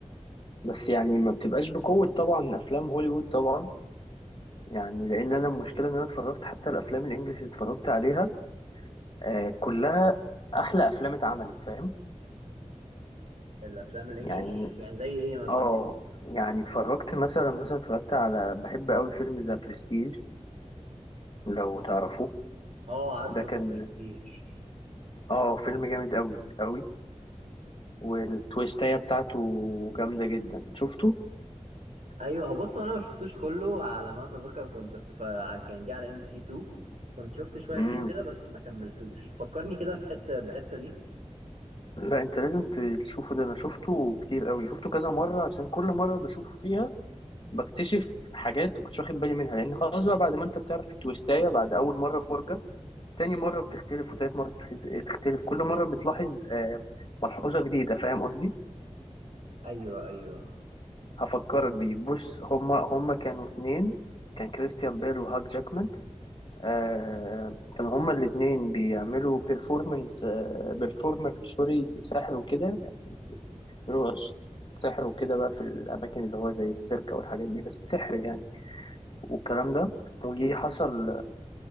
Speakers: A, on the left; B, on the right.
A: بس يعني ما بتبقاش بقوه طبعا افلام هوليوود طبعا يعني لان انا المشكله ان انا اتفرجت حتى الافلام الانجليش اللي اتفرجت عليها آه كلها احلى افلام اتعملت فاهم
B: الافلام الانجليش
A: يعني
B: يعني زي ايه مثلا
A: اه يعني اتفرجت مثلا مثلا اتفرجت على بحب قوي فيلم ذا برستيج لو تعرفوه
B: اه عارفه
A: ده كان
B: ذا برستيج
A: اه فيلم جامد قوي قوي والتويستاية بتاعته جامدة جدا شفته؟
B: ايوه هو بص هو انا ما شفتوش كله على ما اتذكر كنت في ع- كان جه على ام بي سي 2 كنت شفت شويه
A: مم.
B: منه كده بس ما كملتوش فكرني كده في حته بحته بيه
A: لا انت لازم تشوفه ده انا شفته كتير قوي شفته كذا مرة عشان كل مرة بشوفه فيها بكتشف حاجات ما كنتش واخد بالي منها لان خلاص بقى بعد ما انت بتعرف التويستاية بعد اول مرة فرجة تاني مرة بتختلف وتالت مرة بتخت- بتختلف كل مرة بتلاحظ آه، ملحوظة جديدة فاهم قصدي؟
B: ايوه ايوه
A: هفكرك
B: و-
A: بيه بص هما هما كانوا اتنين كان كريستيان بيل وهاك جاكمان آه كانوا هما الاتنين بيعملوا بيرفورمنس آه بيرفورمر سوري ساحر وكده يعني بيعملوا سحر وكده بقى في الأماكن اللي هو زي السيرك أو الحاجات دي بس سحر يعني والكلام ده وجي حصل